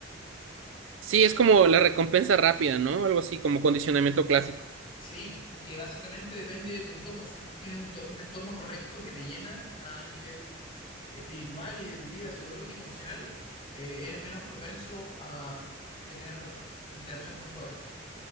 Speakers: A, on the right; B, on the left.
A: Sí, es como la recompensa rápida, ¿no? Algo así, como condicionamiento clásico.
B: Sí, y que básicamente depende de tu entorno. Si tú tienes un, to- un entorno correcto que te llena a nivel espiritual y de tu vida psicológica, emocional, eh, eres menos propenso a tener interacción con drogas.